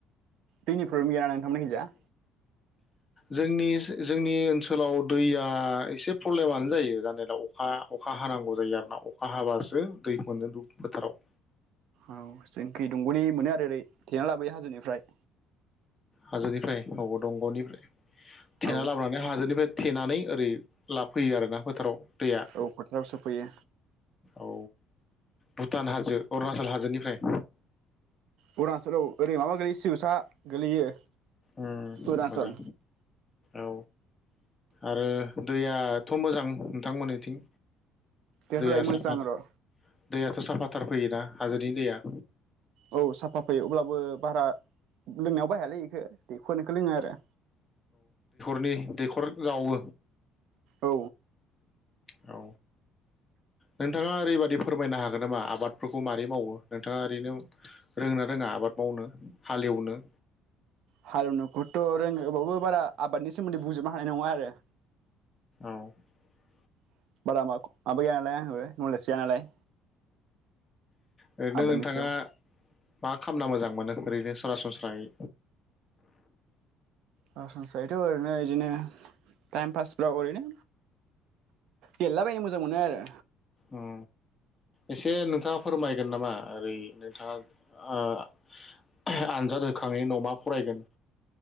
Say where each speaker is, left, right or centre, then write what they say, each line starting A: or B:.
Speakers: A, on the right (about 70°); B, on the left (about 15°).
A: दैनि प्रब्लेम गैयाना नोंथांमोननि खिजा
B: जोंनि जोंनि ओनसोलाव दैया एसे प्रब्लेमानो जायो जानायालाय अखा अखा हानांगौ जायो आरोना अखा हाबासो सो दै मोनो दुब फोथाराव
A: औ जोंखि दंगनि मोनो आरो ओरै थेना लाबोयो हाजोनिफ्राय
B: हाजोनिफ्राय औ दंगनिफ्राय थेना
A: औ
B: लाबोनानै हाजोनिफ्राय थेनानै ओरै लाना फैयो आरोना फोथाराव दैया
A: औ फोथाराव सोफैयो
B: औ भुटान हाजो अरुणाचल हाजोनिफ्राय
A: अरुनाचलआव ओरै माबा गायोस <unintelligible> गोलैयो
B: उम
A: अरुणाचल
B: मोजां औ आरो दैयाथ मोजां नोंथांमोननिथिं
A: दैफोरालाय
B: दैया
A: मोजां
B: साफा
A: र
B: दैयाथ' साफाथार फैयोना हाजोनि दैया
A: औ साफा फैयो अब्लाबो बारा लोंनायाव बाहायालै इखो दैखरनिखौ लोङो आरो
B: दै-दैखर जावो
A: औ
B: औ नोंथाङा ओरैबादि फोरमायनो हागोन नामा आबादफोरखौ मारै मावो नोंथाङा ओरैनो रोंङोना रोङा आबाद मावनो हालेवनो
A: हालेव नोखौथ रोंङो <unintelligible> बारा आबादनि सोमोन्दै बुंजोबनो हानाय नङा आरो
B: <unintelligible>
A: <unintelligible> माबा गैया नालाय आंहाबो नलेज गैया नालाय
B: ओरैनो
A: आबादनि
B: नोंथाङा
A: सायाव।
B: मा खामना मोजां मोनो ओरैनो सरासनस्रायै।
A: सरासनस्रायैथ ओरैनो बिदिनो टाइम पासफ्राव ओरैनो गेलेलाबायनो मोजां मोनो आरो।
B: उम एसे नोंथाङा फोरमायगोन नामा ओरै नोंथाङा आ आनजाद होखांनायनि उनाव मा फरायगोन